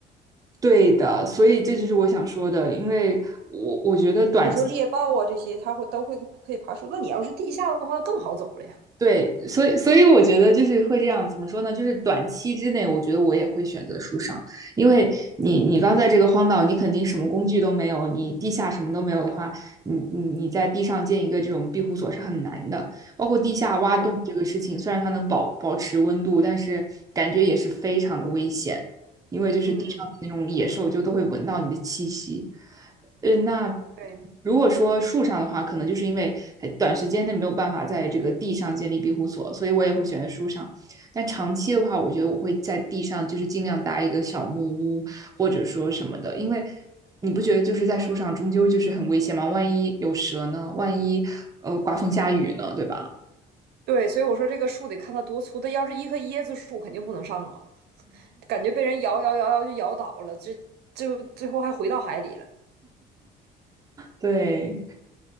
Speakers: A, on the right; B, on the right.
A: 对的，所以这就是我想说的，因为我我觉得短期
B: 你比如说猎豹啊这些，它会都会可以爬树。那你要是地下的话，那更好走了呀。
A: 对，所以所以我觉得就是会这样，怎么说呢？就是短期之内，我觉得我也会选择树上，因为你你刚在这个荒岛，你肯定什么工具都没有，你地下什么都没有的话，你你你在地上建一个这种庇护所是很难的。包括地下挖洞这个事情，
B: 对，
A: 虽然它能保保持温度，但是感觉也是非常的危险，因为就是地上的那种野兽就都会闻到你的气息。
B: 嗯，
A: 呃，那
B: 对
A: 如果说树上的话，可能就是因为它短时间内没有办法在这个地上建立庇护所，所以我也会选择树上。但长期的话，我觉得我会在地上，就是尽量搭一个小木屋或者说什么的，因为你不觉得就是在树上终究就是很危险吗？万一有蛇呢？万一呃刮风下雨呢？对吧？
B: 对，所以我说这个树得看它多粗，它要是一棵椰子树，肯定不能上嘛，感觉被人摇摇摇摇就摇倒了，这就最后还回到海里了。
A: 对，